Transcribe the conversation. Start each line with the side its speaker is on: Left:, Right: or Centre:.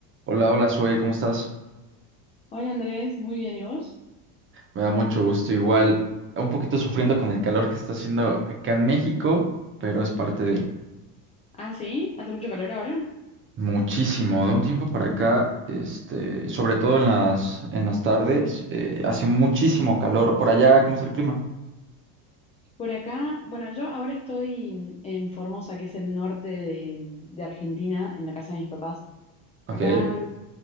Right: Hola, hola, Zoe, ¿cómo estás?
Left: Hola Andrés, muy bien, ¿y vos?
Right: Me da mucho gusto. Igual, un poquito sufriendo con el calor que está haciendo acá en México, pero es parte de
Left: Ah, sí, hace mucho calor ahora.
Right: muchísimo. De un tiempo para acá, este, sobre todo en las, en las tardes, eh, hace muchísimo calor. Por allá, ¿cómo está el clima?
Left: Por acá, bueno, yo ahora estoy en Formosa, que es el norte de, de Argentina, en la casa de mis papás.
Right: Ok,
Left: Acá